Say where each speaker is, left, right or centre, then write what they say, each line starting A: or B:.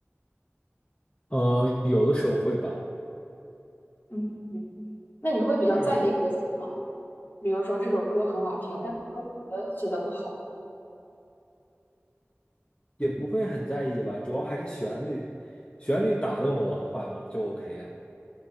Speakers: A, on the left (about 25°); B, on the left (about 45°).
A: 嗯，呃有的时候会吧，
B: 嗯，那你会比较在意歌词吗？
A: 但也
B: 比如说这首歌很好听，但是歌词写的不好。
A: 也不会很在意吧，主要还是旋律，旋律打动我的话，我就 OK 啊。